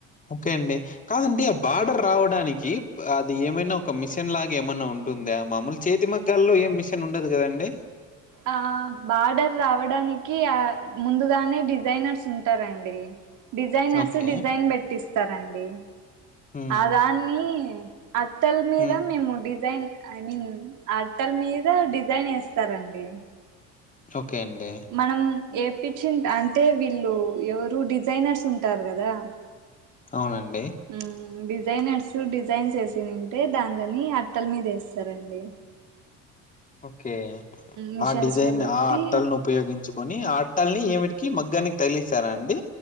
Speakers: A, on the left; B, on the right.
A: ఓకే అండి కాదండి ఆ బార్డర్ రావడానికి అది ఏమైనా ఒ ఒక మిషన్ లాగా ఏమన్నా ఉంటుందా మామూలు చేతి మగ్గాల్లో ఏం మిషన్ ఉండదు గదండి
B: ఆ బార్డర్ రావడానికి ఆ ముందుగానే డిజైనర్స్ ఉంటారండి డిజైనర్స్
A: ఓకే.
B: డిజైన్ పెట్టిస్తారండి
A: హ్మ్.
B: ఆ దాన్ని అట్టల మీద
A: హ్మ్.
B: మేము డిజైన్ ఐ మీన్ అట్టల మీద డిజైన్ యేస్తారండి
A: ఓకే అండి
B: మనం ఏపిచ్చి అంటే వీళ్ళు ఎవరు డిజైనర్స్ ఉంటారు గదా
A: అవునండి
B: ఉమ్ డిజైనర్స్ డిజైన్స్ యేసినింటే దానిలని అట్టల మీద యేస్తరండి
A: ఓకే
B: మిషన్స్
A: ఆ డిజైన్
B: లో పెట్టి
A: ఆ అట్టల్ ను ఉపయోగించుకొని ఆ అట్టల్ని ఏమిటికి మగ్గానికి తగిలిస్తారా అండి